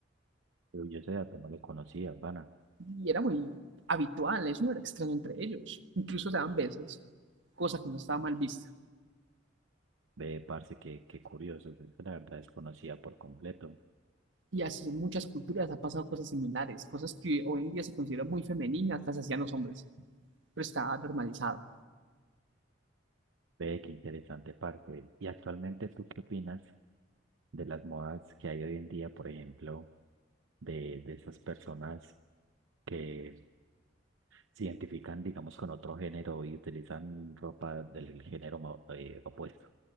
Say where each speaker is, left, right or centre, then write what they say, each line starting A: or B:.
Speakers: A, on the right; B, on the right.
A: Pero yo ese dato no lo conocía, pana.
B: y era muy habitual, eso no era extraño entre ellos. Incluso se daban besos, cosa que no estaba mal vista.
A: Ve, parce, qué, qué curioso. yo La verdad desconocía por completo.
B: Y así en muchas culturas ha pasado cosas similares, cosas que hoy en día se consideran muy femeninas, las hacían los hombres, pero está normalizado.
A: Ve, qué interesante, parce. Y actualmente, ¿tú qué opinas de las modas que hay hoy en día, por ejemplo, de, de esas personas? que se identifican, digamos, con otro género y utilizan ropa del género mo- eh, opuesto.